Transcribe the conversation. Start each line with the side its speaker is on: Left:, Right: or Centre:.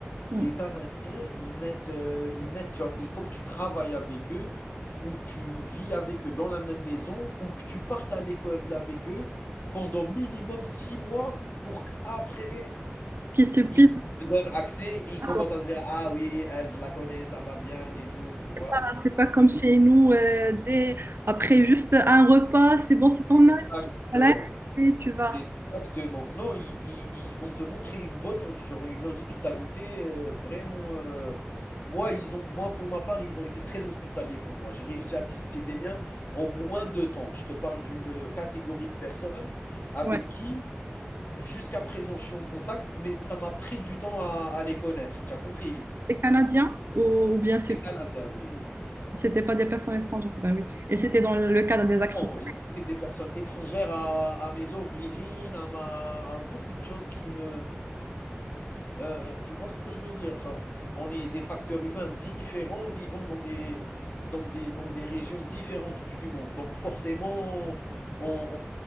Right: Hmm.
Left: les Canadiens, ils mettent, heu, ils mettent genre, il faut que tu travailles avec eux ou tu vis avec eux dans la même maison ou que tu partes à l'école avec eux pendant minimum 6 mois pour qu'après
Right: Qui se pile,
Left: ils te donnent accès, ils
Right: ah,
Left: commencent à dire: «Ah oui, elle, je la connais, ça va bien et tout», tu vois?
Right: bah, c'est pas comme
Left: Oui,
Right: chez nous, euh, dès, après juste un repas, c'est bon, c'est ton
Left: exactement.
Right: âge, voilà, et tu vas.
Left: Exactement. Non, ils ils ils vont te montrer une bonne sur une hospitalité, heu, vraiment, heu, moi, ils ont moi, pour ma part, ils ont été très hospitaliers pour moi. J'ai réussi à tisser des liens en moins de temps. Je te parle d'une, catégorie de personnes avec
Right: Ouais.
Left: qui, jusqu'à présent, je suis en contact, mais ça m'a pris du temps à à les connaître. Tu as compris?
Right: Les Canadiens, ou, ou bien
Left: C'était
Right: c'est-
Left: canadien, oui, oui, oui.
Right: c'était pas des personnes étrangères, bah oui. Et c'était dans le cadre des accidents.
Left: Non, ils étaient des personnes étrangères à à mes origines, à ma à beaucoup de choses qui me Heu, tu vois ce que je veux dire? Genre, on est des facteurs humains différents vivant dans des dans des dans des régions différentes du monde. Donc forcément, on